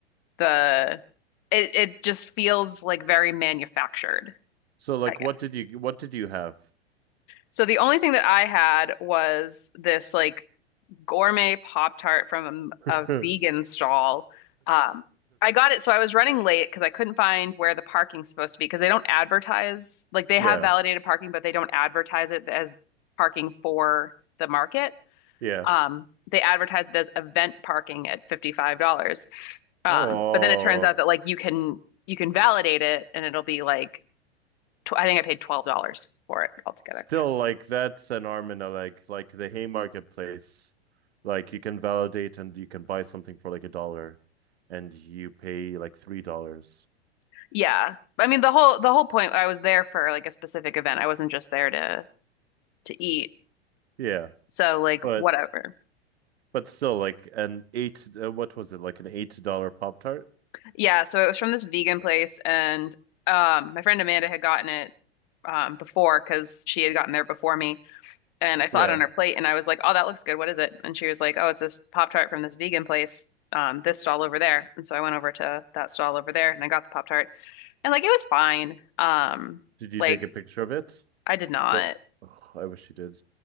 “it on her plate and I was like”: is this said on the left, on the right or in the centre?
Left